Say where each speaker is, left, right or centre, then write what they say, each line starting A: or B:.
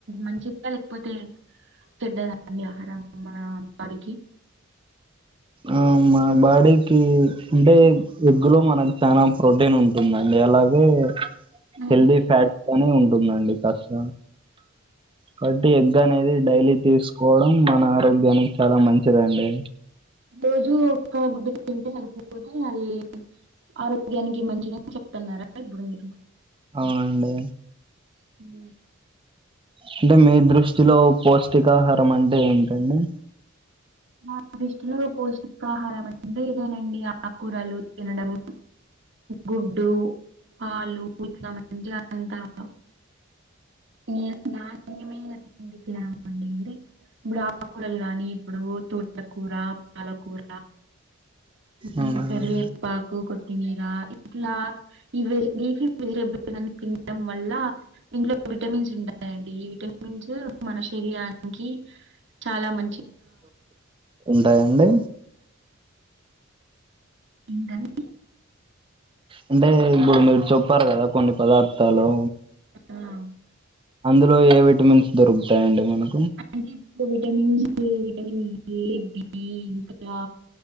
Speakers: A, on the right; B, on the right.
A: మంచిదా లేకపోతే చేడ్డదా అండి ఆహారం మన బాడికి
B: ఆ మా బాడీకి అంటే ఎగ్ లో మనకు చాలా ప్రోటీన్ ఉంటుందండి అలాగే అ
A: హ్మ్.
B: హెల్దీ ఫ్యాట్ గానీ ఉంటుందండి కాస్త కాబట్టి ఎగ్ అనేది డైలీ తీసుకోవడం మన ఆరోగ్యానికి చాలా మంచిదండి
A: రోజు ఒక గుడ్డు తింటే మనకి రోజు మరీ ఆరోగ్యానికి మంచిదని చెప్తున్నారా ఇప్పుడు మీరు
B: అవునండి
A: హ్మ్
B: అంటే మీ దృష్టిలో పౌష్టికాహారం అంటే ఏంటండి
A: నా దిష్టలో పోష్టికాహారం అంటే ఇదేనండి ఆకూరలు తినడం గుడ్డు పాలు ఇట్ల మంచిగ అంత <unintelligible> నేను నాణ్యమైన తిండి తినడం అండి అంటే ఇప్పుడు ఆకూరలు కాని ఇప్పుడు తోటకూర పాలకూర ఊ
B: అవునండి
A: కరివేపాకు కొత్ తినరా ఇట్లా ఇ <unintelligible> తినడం వల్ల ఇంట్లో విటమిన్స్ ఉంటాయండి ఈ విటమిన్స్ మన శరీరానికి చాలా మం
B: ఉంటాయండి
A: ఏంటండీ
B: అంటే ఇప్పుడు మీరు చెప్పారు కదా కొన్ని పదార్థాలు
A: ఆ,
B: అందులో ఏ విటమిన్స్ దొరుకుతాయండి మనకు
A: అ ఇప్పు విటమన్స్ విటమన్ ఏ బి ఇంకా